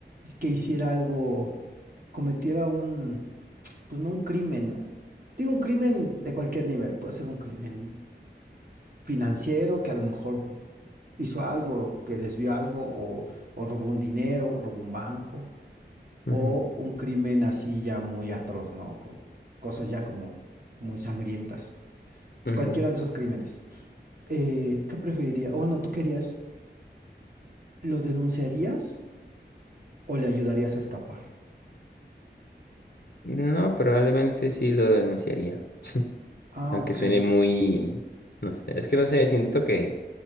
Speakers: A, on the right; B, on the left.
A: que hiciera algo, cometiera un, pues no un crimen, ¿no? Digo, un crimen de cualquier nivel, puede ser un crimen financiero, que a lo mejor hizo algo, que desvió algo, o, o robó un dinero, robó un banco, o
B: Ujú,
A: un crimen así ya muy atroz, ¿no? Con cosas ya como muy sangrientas.
B: ujú.
A: Cualquiera de esos crímenes. Eh, ¿qué preferiría? O no, ¿tú querías, lo denunciarías o le ayudarías a escapar?
B: No, probablemente sí lo denunciaría.
A: Ah,
B: Aunque
A: ok,
B: suene muy, no sé, es que no sé, siento que